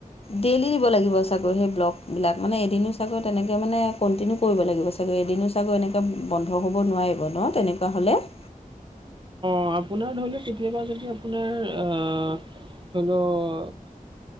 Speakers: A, on the left; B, on the right.
A: ডেইলি দিব লাগিব চাগৈ সেই ব্লগবিলাক। মানে এদিনো চাগে তেনেকৈ মানে <inaudible> কণ্টিনিউ কৰিব লাগিব চাগৈ। এদিনো চাগৈ এনেকৈ বন্ধ হ'ব নোৱাৰিব ন তেনেকুৱা হ'লে? <inaudible>
B: অঁ! আপোনাৰ ধৰি লওক কেতিয়াবা যদি আপোনাৰ আ ধৰি ল <inaudible>